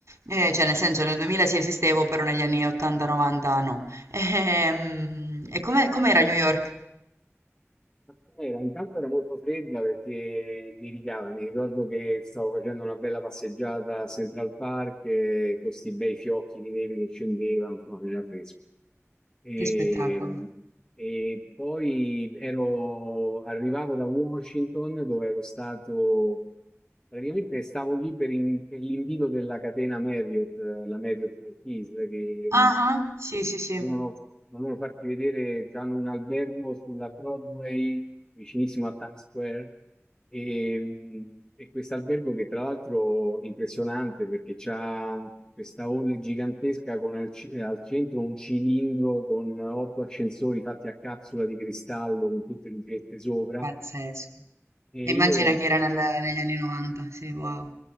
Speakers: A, on the right (about 85°); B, on the left (about 15°).
A: Eh, cioè nel senso nel 2000 sì esistevo, però negli anni 80-90 no. Ehm, E, come com'era New York?
B: Ma Era, intanto era molto fredda perché nevicava, mi ricordo che stavo facendo una bella passeggiata a Central Park eh, con questi bei fiocchi di neve che scendevano, insomma faceva fresco. E,
A: Che spettacolo.
B: e poi ero, arrivavo da Washington dove ero stato, praticamente stavo lì per, in- per l'invito della catena Marriott, eh, la Marriott Marquise, che,
A: Ah, ah, sì, sì, sì,
B: Volevano volevano farti vedere già in un albergo sulla Broadway, vicinissimo a Times Square, e, mh, e questo albergo che tra l'altro è impressionante perché c'ha questa hall gigantesca con al, c- al centro un cilindro con otto ascensori fatti a capsula di cristallo con tutte le lucette sopra.
A: pazzesco.
B: E
A: E Immagina
B: io
A: che era nel- negli anni 90, sì, wow.